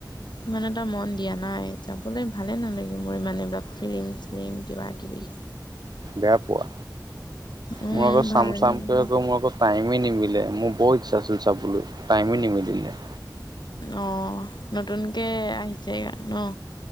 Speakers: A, on the left; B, on the right.
A: ইমান এটা মন দিয়া নাই। যাবলৈ ভালেই নালাগে মোৰ ইমান এইবিলাক ফিল্ম চিলিম কিবা কিবি।
B: বেয়া পোৱা?
A: উম,
B: মই আকৌ চাম
A: ভাল নালাগে
B: চামকে আক' মোৰ আকৌ টাইমেই নিমিলে মোৰ বৰ ইচ্ছা আছিল চাবলৈ টাইমেই নিমিলিলে।
A: অঁ নতুনকৈ আহিছে এইকাৰণে ন?